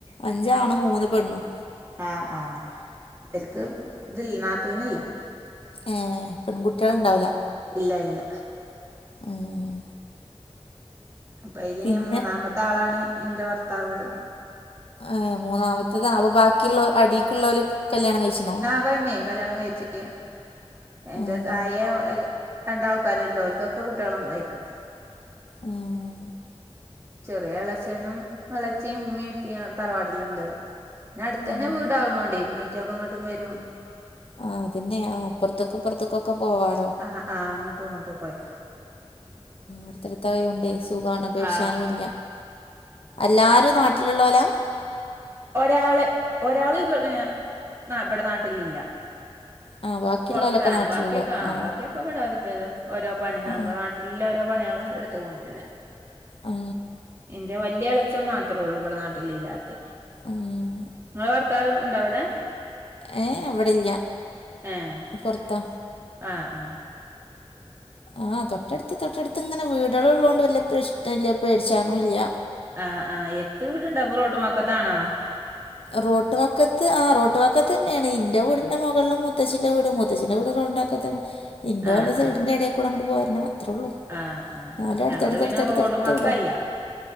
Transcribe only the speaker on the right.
ആഹ് ആഹ് ഇബൽക്ക് തില്ല നാത്തൂനില്ല
ഇല്ല ഇല്ല
പ്പഅയ്ല്
മൂന്നാമത്താളാണ് ഇന്റെ ഭർത്താവ്
പ്പ ന്നൈ കല്യാണം കഴിച്ചില്യ എന്റെ
തായെ ഒര രണ്ടാൾക്കാര്ണ്ട് ഓൽക്കൊക്കെ കുട്യേളും അയ്‌ക്ക്ണ്
ചെറിയ എളേച്ചനും എളേച്ചിയും മ്മിം പ്പിംഅവ്ടെ തറവാട്ടില്ണ്ട് ന്നട്ത്തന്നെ
വീടാവ്ണോണ്ടേ മ്മിറ്റൊക്കൊങ്ങട്ടും വരും
ആഹ് ആഹ് അങ്ങട്ടും ഇങ്ങട്ടൊക്കൊയ്
ആഹ്
ഒരാള് ഒരാള്ഗ് ഏഹ് നാ ഇബടെ നാട്ടിലില്ല
പൊർത്താണ്
വാക്കിയൊക്കെ ആഹ്
വാക്കിയൊ ഇപ്പവടെഓരോര്ത്തരു ഓരോ പണി
നമ്മ്ളെ നാട്ടിൽല്ല ഓരോ പണ്യേള് ഇട് ത്ഗോണ്ടില്ലേ
ഇന്റെ വല്യ എളേച്ചം മാത്രള്ളൂ ഇപടെ നാട്ടില് ഇല്ലാത്തഅ്
ഇങ്ങളെ ഭർത്താവ് ഉണ്ടോ വ്ടെ
ഏഹ്
ആഹ് ആഹ്
ആഹ് ആഹ് എര്ത്ത് വീട്ണ്ടോ പ്പം റോട്ടുംവക്കത്താണോ
ആഹ്
ആഹ്
ആഹ് ആഹ്
ഞങ്ങള് പിന്നെ റോഡും വക്കല്ല